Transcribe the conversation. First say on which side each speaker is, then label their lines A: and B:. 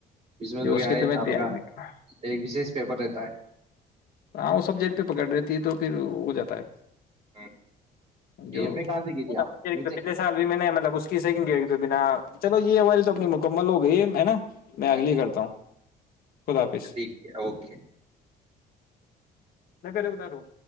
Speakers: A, on the right; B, on the left.
A: اسچ میں
B: جو
A: تو
B: اس
A: کیا
B: کی
A: ہے
B: تمہیں
A: آپ
B: تیاری
A: کا
B: نہیں کرنا
A: ایک وشیش پیپر رہتا ہے
B: ہاں وہ سب جیل پہ پکڑ رہتی ہے تو پھر ہو جاتا ہے
A: ہے
B: جو
A: یہ میں کہاں سے کی تھی آپ نے
B: پچھلے
A: یہیں سے؟
B: سال بھی میں نے مطلب اس کی صحی بنا چلو یہ ہووائ تو اپنی مکمل ہو گئی ہے ہے نا میں اگلی
A: اچھا
B: کرتا ہوں خدا حافظ
A: اچھا، ٹھیک ہے اوکے
B: ن کرے ب تاروں